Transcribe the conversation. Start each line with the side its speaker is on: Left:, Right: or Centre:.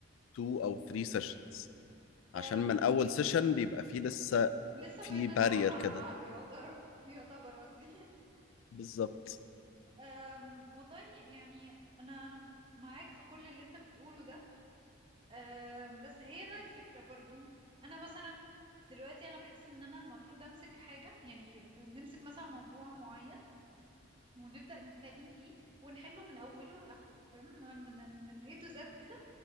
Left: 2 او 3 سيشنز
Right: امم
Left: عشان من اول سيشن بيبقى فيه لسه
Right: لسه
Left: في
Right: بنتعرف
Left: بارير
Right: على
Left: كده
Right: بعض يعترف يعتبر قصدي <laughs>
Left: بالظبط
Right: أم، والله يعني انا انا معاك في كل اللي انت بتقوله ده أم، بس هي بقى الفكرة برضو انا مثلا دلوقتي انا بحس ان انا المفروض امسك حاجة يعني نمسك مثلا موضوع معين ونبدأ نتكلم فيه ونحله من اوله لاخره فاهم اللي هو من من A to Z كده